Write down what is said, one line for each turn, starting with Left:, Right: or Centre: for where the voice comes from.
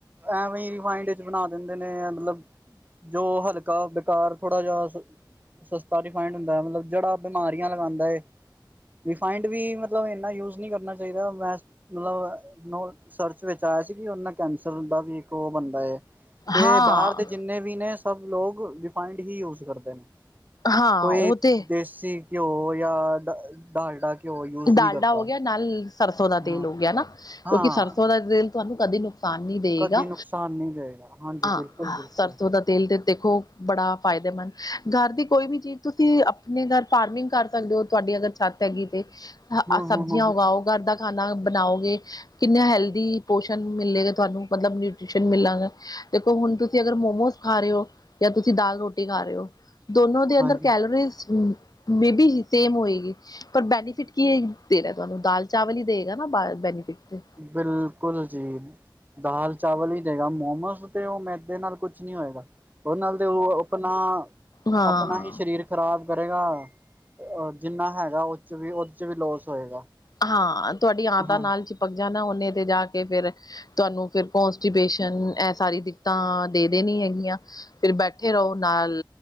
Right: ਐਵੇਂ ਹੀ ਰਿਫੰਡ ਵਿੱਚ ਬਣਾ ਦਿੰਦੇ ਨੇ ਮਤਲਬ। ਜੋ ਹਲਕਾ ਬੇਕਾਰ ਥੋੜਾ ਜਿਹਾ ਸਸਤਾ ਡਫਡ ਹੁੰਦਾ। ਮਤਲਬ ਜਿਹੜਾ ਬਿਮਾਰੀਆਂ ਲਗਾਉਂਦਾ ਹੈ। ਰਿਫਾਇੰਡ ਵੀ ਮਤਲਬ ਇਨਾ ਯੂਜ ਨਹੀਂ ਕਰਨਾ ਚਾਹੀਦਾ। ਮੈਂ ਮਤਲਬ ਸਰਚ ਵਿੱਚ ਆਇਆ ਸੀ ਕਿ ਉਹ ਨਾਲ ਕੈਂਸਰ ਦਾ ਵੀ ਇੱਕ ਉਹ ਬੰਦਾ ਤੇ
Left: ਹਾਂ
Right: ਬਾਹਰ ਦੇ ਜਿੰਨੇ ਵੀ ਨੇ ਸਭ ਲੋਕ ਰਿਫਾਈੰਡ ਹੀ ਯੂਜ ਕਰਦੇ ਨੇ।
Left: ਹਾਂ
Right: ਕੋਈ
Left: ਉਹ ਤੇ
Right: ਦੇਸੀ ਘਿਓ ਜਾਂ ਡਾਲਡਾ ਘਿਓ ਯੂਜ
Left: ਡਾਲਡਾ
Right: ਨਹੀਂ ਕਰਦਾ।
Left: ਹੋ ਗਿਆ ਨਾਲ ਸਰਸੋਂ ਦਾ
Right: ਹਾਂ
Left: ਤੇਲ ਹੋ ਗਿਆ ਨਾ
Right: ਹਾਂ
Left: ਕਿਉਂਕਿ ਸਰਸੋਂ ਦਾ ਤੇਲ ਤੁਹਾਨੂੰ ਕਦੇ ਨੁ ਨੁਕਸਾਨ ਦੇਏਗਾ
Right: ਕਦੀ ਨੁਕਸਾਨ ਨਹੀਂ ਦੇਵੇਗਾ ਹਾਂਜੀ
Left: ਹਾਂ
Right: ਬਿਲਕੁਲ ਬਿਲਕੁਲ।
Left: ਸਰਸੌ ਦਾ ਤੇਲ ਤੇ ਦੇਖੋ ਬੜਾ ਫਾਇਦੇਮੰਦ ਘਰ ਦੀ ਕੋਈ ਵੀ ਚੀਜ਼ ਤੁਸੀਂ ਆਪਣੇ ਘਰ ਫਾਰਮਿੰਗ ਕਰ ਸਕਦੇ ਹੋ ਤੁਹਾਡੀ ਅਗਰ ਛੱਤ ਹੈਗੀ ਤੇ
Right: ਹੂੰ
Left: ਸਬਜ਼ੀਆਂ
Right: ਹੂੰ ਹੂੰ
Left: ਉਗਾਓ ਘਰ ਦਾ ਖਾਣਾ ਬਣਾਓਗੇ। ਕਿੰਨੇ ਹੈਲਦੀ ਪੋਸ਼ਣ ਮਿਲੇਗਾ ਤੁਹਾਨੂੰ ਮਤਲਬ ਨਿਊਟ੍ਰੀਸ਼ਨ ਮਿਲਾਂਗਾ। ਦੇਖੋ ਹੁਣ ਤੁਸੀਂ ਅਗਰ ਮੋਮੋਸ ਖਾ ਰਹੇ ਹੋ ਜਾਂ ਤੁਸੀਂ ਦਾਲ ਰੋਟੀ ਖਾ ਰਹੇ ਹੋ। ਦੋਨੋ ਦੇ ਅੰਦਰ
Right: ਹਾਂਜੀ।
Left: ਕੈਲੋਰੀ ਮੇਬੀ ਸੇਮ ਹੋਏਗੀ ਪਰ ਬੈਨਿ ਫਿਰਕੀ ਦੇਣਾ ਤੁਹਾਨੂੰ ਦਾਲ-ਚਾਵਲ ਹੀ ਦੇਗਾ ਨਾ ਬੈਨੀਫਿਟ ਤੇ।
Right: ਬਿਲਕੁਲ ਜੀ। ਦਾਲ-ਚਾਵਲ ਹੀ ਦੇਗਾ, ਮੋਮੋਸ ਤੇ ਉਹ ਮੈਦੇ ਨਾਲ ਕੁਛ ਨੀ ਹੋਏਗਾ। ਉਹਦੇ ਨਾਲ ਤੇ ਉਹ ਆਪਣਾ-ਆਪਣਾ
Left: ਹਾਂ
Right: ਹੀ ਸਰੀਰ ਖ਼ਰਾਬ ਕਰੇਗਾ ਜਿੰਨਾ ਹੈਗਾ ਉਹ ਚ ਵੀ ਉਹਦੇ ਚ ਵੀ ਲੋਸ ਹੋਏਗਾ।
Left: ਹਾਂ ਤੁਹਾਡੀ ਆਤਾਂ
Right: ਹਾਂ
Left: ਨਾਲ ਚਿਪਕ ਜਾਣਾ ਓਨੇ ਤੇ ਜਾ ਕੇ ਫੇਰ। ਤੁਹਾਨੂੰ ਫਿਰ ਕੋਨਸਟੀਪੇਸ਼ਨ ਇਹ ਸਾਰੀ ਦਿੱਕਤਾਂ ਦੇ ਦੇ ਨੀ ਹੈਗੀਆਂ। ਫਿਰ ਬੈਠੇ ਰਹੋ ਨਾਲ